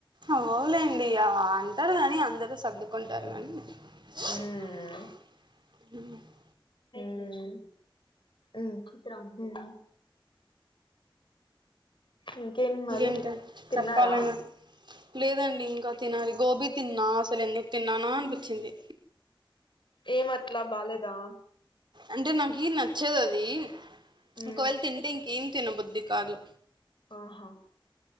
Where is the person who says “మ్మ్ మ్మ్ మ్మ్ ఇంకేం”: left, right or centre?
Left